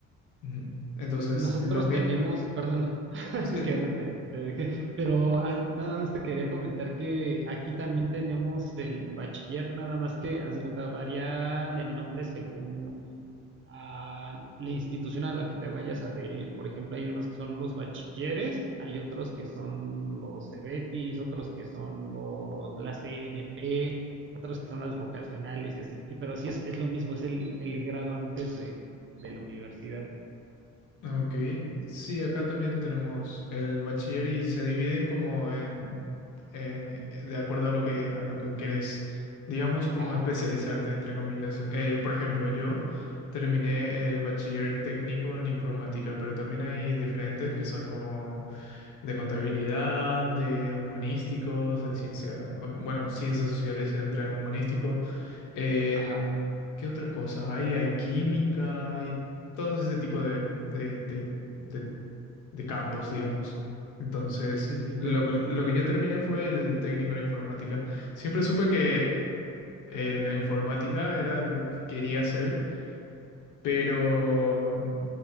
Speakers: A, on the left; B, on the right.
A: ujú. Entonces,
B: Nosotros
A: lo que,
B: tenemos, perdón, <laughs>
A: Sí,
B: es que ya no te, te dejé,
A: n-
B: pero ah, nada más te quería comentar que aquí también tenemos el bachiller, nada más que, haz de cuenta, varían el nombre según a la institución a la que te vayas a adherir. Por ejemplo, hay unos que son los bachilleres, hay otros que son los CEBETIS, otros que son los, la CNP, otros que son las vocacionales y así. Y, pero sí es, es lo mismo, es el, el grado antes de, de la universidad.
A: ok. Sí, acá también tenemos el bachiller y se dividen como en, eh, de acuerdo a lo que, a lo que querés, digamos, como
B: Ajá,
A: especializarte, entre comillas. Eh, por ejemplo, yo terminé el bachiller técnico en informática, pero también hay diferentes que son como de contabilidad, de humanísticos, de ciencia, bueno, ciencias sociales entra en humanístico. En-
B: ajá.
A: ¿qué otra cosa hay? Hay química, hay todo ese tipo de, de, de- de- de campos, digamos. Entonces,
B: Sí, sí,
A: lo,
B: te entiendo.
A: que- lo que yo terminé fue el técnico en informática. Siempre supe que eh, la informática era lo que quería hacer, pero